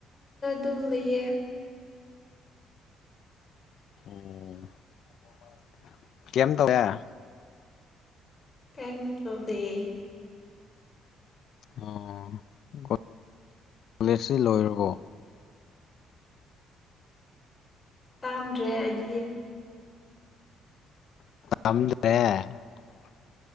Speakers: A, on the left; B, on the left.
A: ꯑꯗꯨꯝ ꯂꯩꯌꯦ
B: ꯑꯣ <unintelligible>
A: ꯀꯩꯝ ꯇꯧꯗꯦ
B: ꯑꯣ ꯀꯣꯂꯦꯁꯇꯤ ꯂꯣꯏꯔꯕꯣ
A: ꯂꯥꯝꯗꯔꯦ ꯑꯩꯒꯤꯗꯤ
B: <unintelligible>